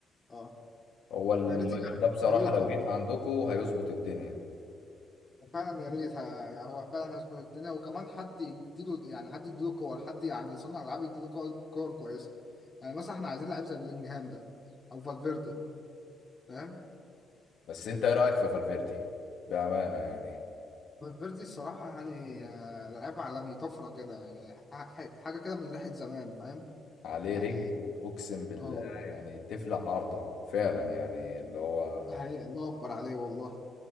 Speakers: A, on the left; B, on the left.
A: اه
B: هو المهاجم
A: يا ريت يجي-
B: ده بصراحه
A: يا ريت
B: لو
A: والله
B: جه عندكم هيظبط الدنيا
A: فعلا يا ريت ه- هو فعلا هيظبط الدنيا وكمان حد يديله يعني حد يديله كور حد يعني صنع العاب يديله كور كور كويسه يعني مثلا احنا عايزين لعيب زي بيلينجهام ده او فالفيردي فاهم
B: بس انت ايه رايك في فالفيردي بامانه يعني
A: فالفيردي الصراحه يعني آه، لعيب عالمي طفره كده يعني ح- ح- حاجه كده من ريحه زمان فاهم
B: عليه
A: يعني
B: رجل اقسم بالله
A: اه
B: يعني تفلق عارضة فعلا يعني اللي هو
A: دي حقيقة الله أكبر عليه والله